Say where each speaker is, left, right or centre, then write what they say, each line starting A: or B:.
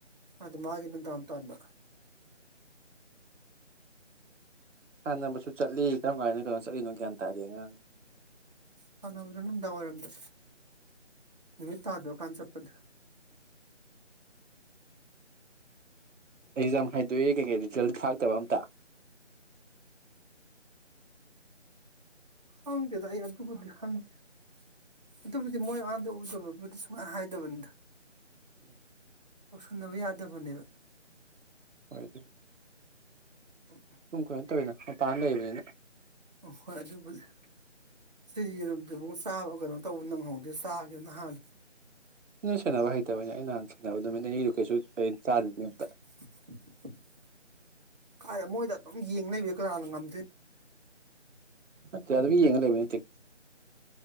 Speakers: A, on the right; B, on the right.
A: ꯑꯗꯨ ꯃꯥꯒꯤꯅꯗ ꯑꯇꯗ
B: ꯁꯥꯟꯅꯅꯕꯁꯨ ꯆꯠꯂꯤ ꯀꯔꯝ ꯀꯥꯏꯅ ꯀꯩꯅꯣ ꯆꯠꯂꯤꯅꯣ ꯒ꯭ꯌꯥꯟ ꯇꯥꯗꯦ ꯑꯉꯥꯡ
A: ꯁꯥꯟꯅꯕꯗ ꯅꯨꯡꯗꯥꯡ ꯋꯥꯏꯔꯝꯗ ꯅꯨꯃꯤꯠ ꯇꯥꯗꯔꯀꯥꯟ ꯆꯠꯄꯗ
B: ꯑꯦꯛꯖꯥꯝ ꯍꯥꯏꯗꯣꯛꯑꯦ ꯀꯩꯀꯩ ꯔꯤꯖꯜ ꯊꯥꯛꯇꯕ ꯑꯝꯇꯥ
A: ꯈꯪꯗ‌ꯦꯗ ꯑꯩ ꯑꯗꯨꯕꯨ ꯗꯤ ꯍꯪꯗ‌ꯦ ꯑꯗꯨꯕꯨꯗꯤ ꯃꯣꯏ ꯑꯥꯗ ꯎꯗꯕꯕꯨꯗꯤ ꯁꯨꯡꯍꯥꯏ ꯍꯥꯏꯗꯕꯅꯤꯗꯥ
B: <inaudible>
A: ꯇꯧꯁꯟꯅꯕ ꯌꯥꯗꯕꯅꯦꯕ
B: ꯍꯣꯏ ꯑꯗꯨ
A: <inaudible>
B: ꯁꯨꯝ ꯀꯩꯅ‌ꯣ ꯇꯧꯏꯅ ꯄꯥꯟ ꯂꯩꯕꯅꯤꯅ
A: ꯎꯐ ꯍꯣꯏ ꯑꯗꯨꯕꯨꯗꯤ ꯁꯤꯒꯤ ꯌꯦꯔꯨꯝꯗꯨꯕꯨ ꯆꯥꯕ ꯀꯩꯅꯣ ꯇꯧꯕ ꯅꯪꯍꯧꯗꯦ ꯆꯥꯒꯦ ꯅꯍꯥꯟ
B: ꯅ‌ꯣꯏ ꯁꯦꯟꯅꯕ ꯍꯩꯇꯕꯩꯅ‌ꯦ ꯑꯩ ꯅꯍꯥꯟ ꯁꯦꯟꯅꯕ ꯅꯨꯃꯤꯠꯅꯤꯅꯤꯗꯨ ꯀꯩꯁꯨ ꯊ‌ꯣꯏ ꯆꯥꯗꯝ ꯅ‌ꯦ ꯍ‌ꯦꯛꯇꯥ
A: <inaudible> ꯀꯥꯏꯗꯥ ꯃꯣꯏꯗ ꯑꯗꯨꯝ ꯌꯦꯡ ꯂꯩꯕ ꯗꯤ ꯀꯅꯥꯅ ꯉꯝꯗꯣꯏ
B: ꯅꯠꯇ‌ꯦ ꯑ‌ꯥꯜꯚꯤ ꯌꯦꯡꯉ ꯂꯩꯕ ꯅꯠꯇ‌ꯦ